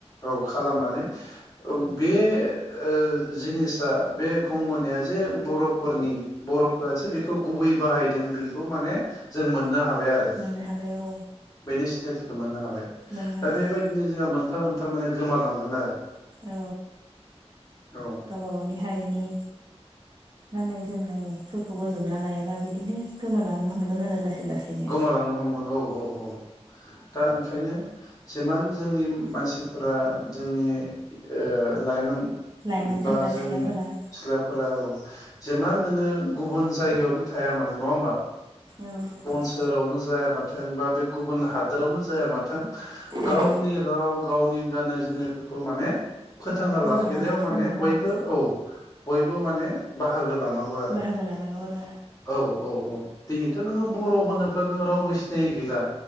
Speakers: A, on the left; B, on the right.
A: औ खालामनानै बे ओ जिनिसा बे गंगनाया जे बर'फोरनि बर'फोरासो बेखौ गुबै बाहायदों बे खौ माने जों मोननो हाबाय आरो
B: मोननो हाबाय औ
A: बेनि सिनायथिखौ मोननो हाब बाय।
B: मोननो हादों
A: दा बेबायदिनो
B: औ
A: जोंहा मोनफा मोनफा माने गोमालांगोन आरो।
B: औ
A: औ
B: गावबा गावनि हारिनि गाननाय जोमनायफोरखौ बजबना लायाबा बिदिनो गोमालांनो हमगोन आरो लासै। लासैनो
A: गोमालांनो हमगोन औ औ औ दा ओंखायनो जिमान जोंनि मानसिफोरा जोंनि ओ लाइमोन
B: लाइमोन
A: बा
B: सेंग्रा
A: जोंनि
B: सिख्लाफोरा
A: सिख्लाफोरा जेमान नोङो गुबुन जायगायावनो थाया मानो नङा होमबा।
B: औ
A: सहरावनो जाया माथों बा बे गुबुन हादोरावनो जाया माथों गावनि
B: औ
A: राव गाव नि गाननाय जोमनायफोरखौ माने फोथाङा लाखिनायाव
B: बजबना लाखिथारनांगोन
A: माने बयबो
B: आरो
A: औ बयबो माने बाहागो ला नांगौ आरो
B: बाहागो लानांगौ आरो
A: औ औ औ दिनैथ' नोङो बर' होनोब्लाथ' रावबो सिनायि गैला